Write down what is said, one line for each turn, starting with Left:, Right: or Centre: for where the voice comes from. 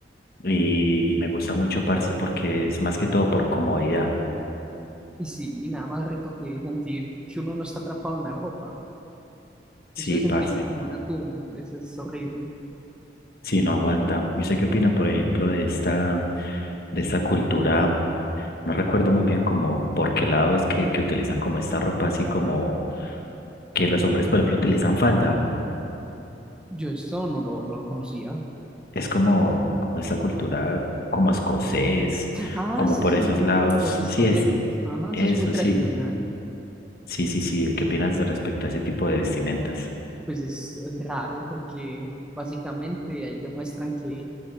Left: Y, y me gusta mucho, parce, porque es más que todo por comodidad.
Centre: Y sí, nada más rico que sentir que uno no está atrapado en la ropa.
Left: Sí,
Centre: Eso de sentirse
Left: parce.
Centre: como un atún, eso es horrible.
Left: Sí, no aguanta. ¿Y usted qué opina, por ejemplo, de esta, de esta cultura? No recuerdo muy bien como por qué lado es que, que utilizan como esta ropa así como que los hombres, por ejemplo, utilizan falda.
Centre: Yo esto no lo, no lo conocía.
Left: Es como, como esta cultura como escocés,
Centre: Ah,
Left: como
Centre: sí,
Left: por
Centre: sí,
Left: esos
Centre: sí,
Left: lados.
Centre: los escoceses.
Left: Sí, es
Centre: Ajá,
Left: eso,
Centre: eso es muy tradicional.
Left: sí. Sí, sí, sí. ¿Qué opinas de respecto a ese tipo de vestimentas?
Centre: Pues es, es raro porque básicamente ahí demuestran que